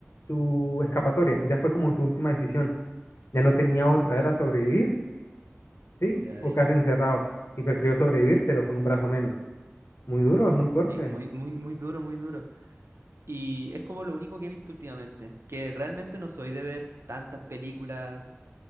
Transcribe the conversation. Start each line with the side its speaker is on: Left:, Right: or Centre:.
Left: su escapatoria, ya fue como su última decisión, ya no tenía otra, era sobrevivir, ¿sí?
Right: O quedar
Left: O
Right: ahí.
Left: quedarse encerrado y prefirió sobrevivir, pero con un brazo menos. Muy
Right: No,
Left: duro, es muy fuerte.
Right: y muy, muy, muy duro, muy duro. Y es como lo único que he visto últimamente, que realmente no soy de ver tantas películas.